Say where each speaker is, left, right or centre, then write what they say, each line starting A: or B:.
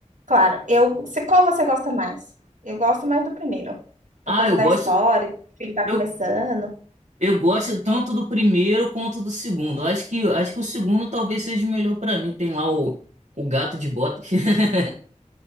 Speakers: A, on the right; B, on the right.
A: Claro, eu, você- qual você gosta mais? Eu gosto mais do primeiro,
B: Ah,
A: por causa
B: eu
A: da
B: gosto.
A: história, que ele tá
B: Eu,
A: começando.
B: eu gosto tanto do primeiro quanto do segundo. Eu Acho que, acho que o segundo talvez seja o melhor pra mim. Tem lá o, o gato de botas. <laughs>